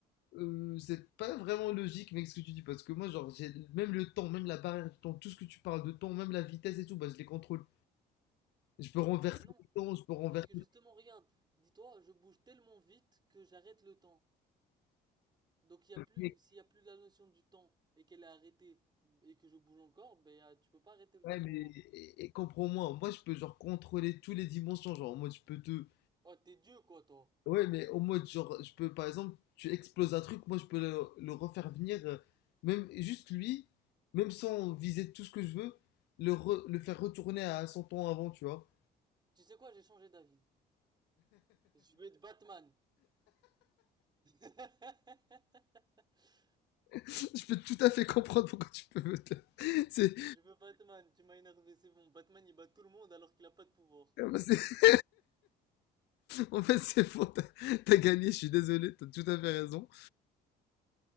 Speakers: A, on the left (about 85°); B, on the right (about 25°).
A: Euh, c'est pas vraiment logique, mec, ce que tu dis, parce que moi, genre, j'ai même le temps, même la barrière du temps, tout ce que tu parles de temps, même la vitesse et tout, bah, je les contrôle. Je peux renverser
B: Bah non,
A: le temps, je peux renverser.
B: parce que justement, regarde, dis-toi, je bouge tellement vite que j'arrête le temps. Donc il y a plus,
A: Mec,
B: s'il y a plus la notion du temps et qu'elle est arrêtée et que je bouge encore, ben euh, tu peux pas arrêter le
A: ouais,
B: temps
A: mais
B: pour
A: et,
B: moi.
A: et comprends-moi, moi, je peux, genre, contrôler toutes les dimensions, genre, moi, je peux te.
B: Oh, t'es Dieu quoi, toi.
A: Ouais, mais au mode, genre, je peux, par exemple, tu exploses un truc, moi, je peux le, le refaire venir, euh, même juste lui, même sans viser tout ce que je veux, le, re- le faire retourner à son temps avant, tu vois.
B: Tu sais quoi, j'ai changé d'avis. Je veux être Batman. <laughs>
A: <laughs> Je peux tout à fait comprendre pourquoi tu peux. me te- <laughs> C'est,
B: Je veux Batman, tu m'as énervé, c'est bon. Batman il bat tout le monde alors qu'il a pas de pouvoir.
A: c'est- en fait, c'est faux, t'as, t'as gagné, je suis désolé, t'as tout à fait raison.